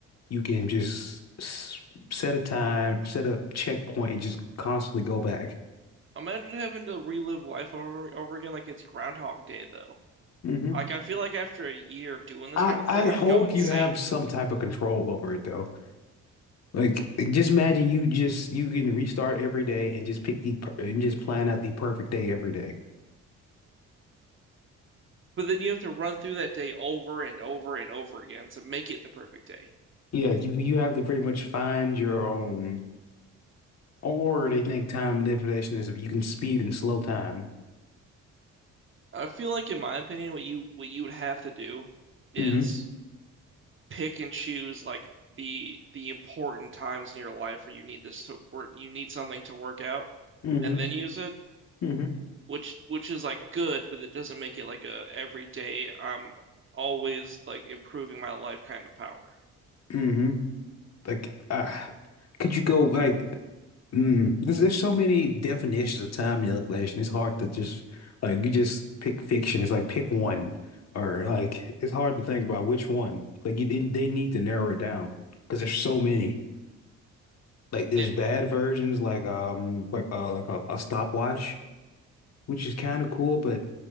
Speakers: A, on the left; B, on the right.
A: You can just s set a time, set a checkpoint, and just constantly go back.
B: imagine having to relive life over over again like it's Groundhog Day, though.
A: hmm
B: Like I feel like after a year of doing this
A: I
B: kind of
A: I'd
B: thing, I'd
A: hope
B: go insane.
A: you'd have some type of control over it though. Like, like, just imagine you just you can restart every day and just pick the per- and just plan out the perfect day every day.
B: But then you have to run through that day over and over and over again to make it the perfect day.
A: Yeah, you, you have to pretty much find your own. Or they think time manipulation is if you can speed and slow time.
B: I feel like, in my opinion, what you what you would have to do is
A: Mm-hmm.
B: pick and choose like the the important times in your life where you need this to where you need something to work out,
A: Mm-hmm.
B: and then use it
A: Mm-hmm.
B: which which is like good, but it doesn't make it like a everyday I'm always like improving my life kind of power.
A: Mm-hmm. Like, uh, could you go like, mm, there's there's so many definitions of time manipulation. It's hard to just like you just pick fiction. It's like pick one, or like it's hard to think about which one. Like you, they, they need to narrow it down because there's so many. Like there's
B: Yeah,
A: bad versions, like um, like uh, like a, a stopwatch, which is kind of cool, but